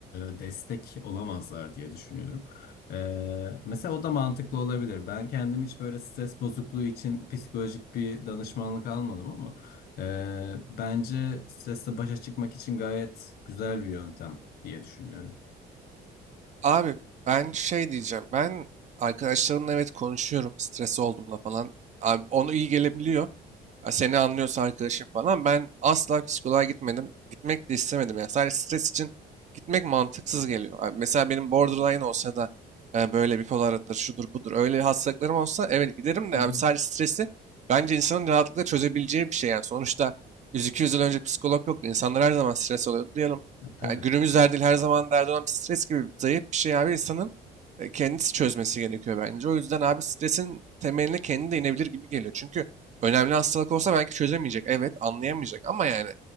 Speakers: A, on the left (about 65°); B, on the right (about 45°).
A: e, destek olamazlar diye düşünüyorum. E, mesela o da mantıklı olabilir. Ben kendim hiç böyle stres bozukluğu için psikolojik bir danışmanlık almadım ama ee, bence stresle başa çıkmak için gayet güzel bir yöntem diye düşünüyorum.
B: Abi ben şey diyeceğim. Ben arkadaşlarımla evet konuşuyorum. Stres olduğumda falan. Abi onu iyi gelebiliyor. Ya seni anlıyorsa arkadaşım falan. Ben asla psikoloğa gitmedim. Gitmek de istemedim. Yani sadece stres için gitmek mantıksız geliyor. Abi mesela benim borderline olsa da e, böyle bipolardır, şudur budur. Öyle hastalıklarım olsa evet giderim de
A: Hı hı.
B: abi sadece stresi bence insanın rahatlıkla çözebileceği bir şey yani. Sonuçta 100-200 yıl önce psikolog yoktu. İnsanlar her zaman stres oluyordu. Diyelim
A: E, Tabii.
B: yani günümüz derdi her zaman derdi olan bir stres gibi zayıf bir şey abi insanın e, kendisi çözmesi gerekiyor bence. O yüzden abi stresin temeline kendi de inebilir gibi geliyor. Çünkü önemli hastalık olsa belki çözemeyecek. Evet anlayamayacak ama yani